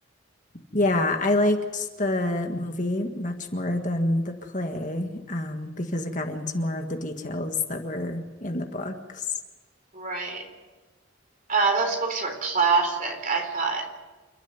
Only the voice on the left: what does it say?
Yeah, I liked the movie much more than the play, um, because it got into more of the details that were in the books.